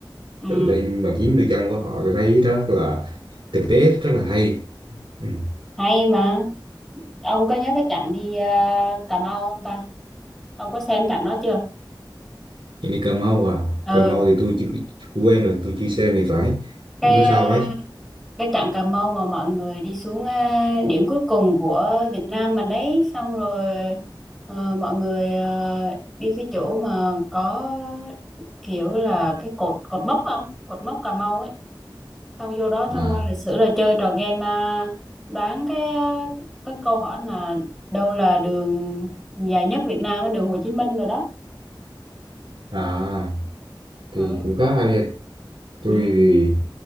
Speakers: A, in the centre; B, on the right.
A: ừ
B: tự lên bằng chính đôi chân của họ tôi thấy rất là thực tế rất là hay ừ.
A: hay mà ông có nhớ cái trận đi ờ, Cà Mau không ta ông có xem trận đó chưa
B: Nhưng đi Cà Mau à
A: ừ
B: Cà Mau thì tôi chưa chưa quen rồi tôi chưa xem thì phải
A: cái
B: nó sao
A: ờ,
B: ấy
A: cái trận Cà Mau mà mọi người đi xuống à, điểm cuối cùng của Việt Nam mình đấy xong rồi ờ, mọi người ờ, đi cái chỗ mà có kiểu là cái cột cột mốc không cột mốc Cà Mau ấy xong vô đó
B: à
A: tham quan lịch sử rồi chơi trò game à, đoán cái à, cái câu hỏi mà đâu là đường dài nhất Việt Nam á, đường Hồ Chí Minh rồi đó
B: à thì
A: ừ.
B: cũng khá hay tôi
A: Ừ.
B: thì